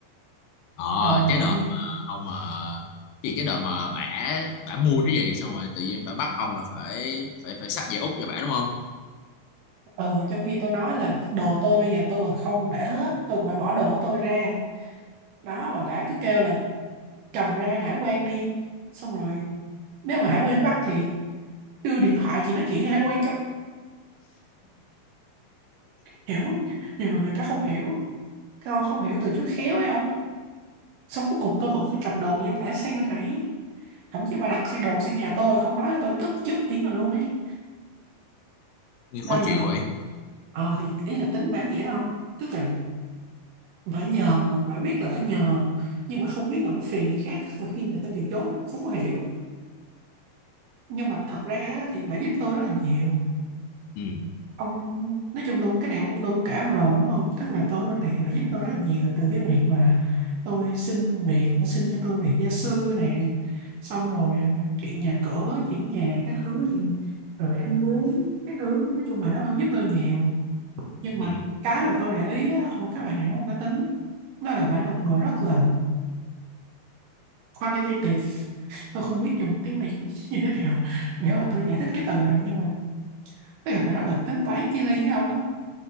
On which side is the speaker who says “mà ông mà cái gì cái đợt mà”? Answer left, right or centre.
Left